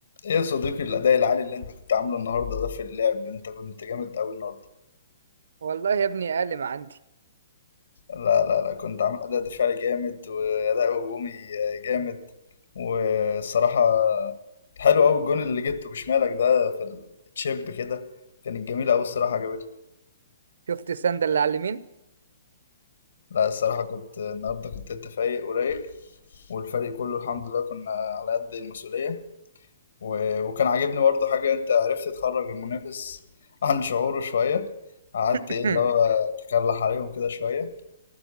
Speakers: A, on the left; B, on the right.
A: ايه يا صديقي الاداء العالي اللي انت كنت عامله النهارده ده في اللعب انت كنت جامد قوي النهارده
B: والله يا ابني اقل ما عندي
A: لا لا لا كنت عامل اداء دفاعي جامد واداء هجومي جامد والصراحه حلو قوي الجون اللي جبته بشمالك ده في التشيب كده كانت جميله قوي الصراحه عجبتني
B: شفت السند اللي على اليمين
A: لا الصراحه كنت النهارده كنت انت فايق ورايق والفريق كله الحمد لله كنا على قد المسؤوليه و... وكان عاجبني برضه حاجه انت عرفت تخرج المنافس عن شعوره شويه قعدت
B: <clears throat>
A: ايه اللي هو تكلح عليهم كده شويه